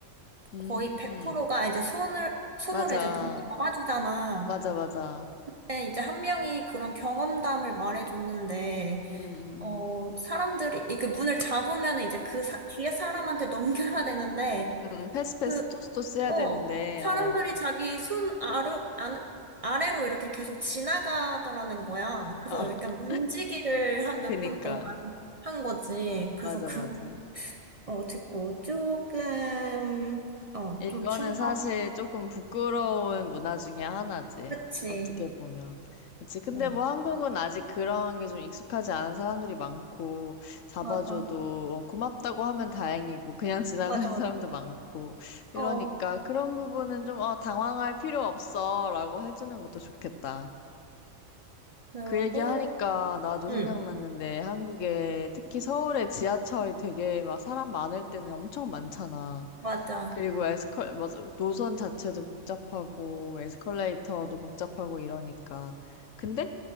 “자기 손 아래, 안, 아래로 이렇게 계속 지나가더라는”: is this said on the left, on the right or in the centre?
Right